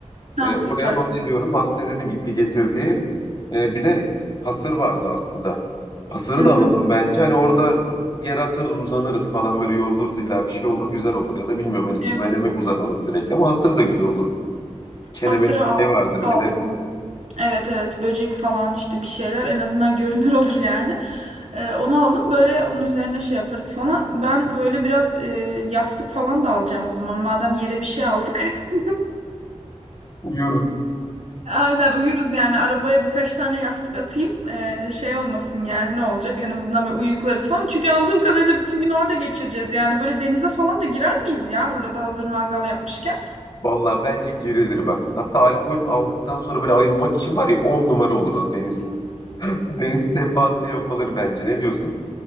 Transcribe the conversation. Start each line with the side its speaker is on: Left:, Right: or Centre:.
Right: Hah
Left: Ee, oraya
Right: süper.
Left: not ediyorum. Aslı dedim ipi getir diye. Ee, bir de hasır vardı Aslı'da. Hasırı
Right: Hı hı.
Left: da alalım bence. Hani orada yer atarız uzanırız falan böyle yoruluruz illa bir şey olur güzel olur. Ya da bilmiyorum hani
Right: Evet.
Left: çimene mi uzanalım direkt ama hasır da güzel olur. Kenemenin
Right: Hasırı al,
Left: şey vardır
Right: al.
Left: bir de.
Right: Evet evet böcek falan işte bir şeyler en azından görünür <laughs> olur yani. Ee, onu alalım böyle onun üzerine şey yaparız falan. Ben böyle biraz e, yastık falan da alacağım o zaman. Madem yere bir şey aldık. <laughs>
Left: Uyuruz.
Right: Aynen uyuruz yani arabaya birkaç tane yastık atayım Ee, şey olmasın yani ne olacak en azından böyle uyuklarız falan. Çünkü anladığım kadarıyla bütün gün orada geçireceğiz yani böyle denize falan da girer miyiz ya orada hazır mangal yapmışken.
Left: Valla bence girilir bak. Hatta alkol aldıktan sonra böyle ayılmak için var ya 10 numara olur o deniz. <laughs> Deniz sefası yapılır bence. Ne diyorsun?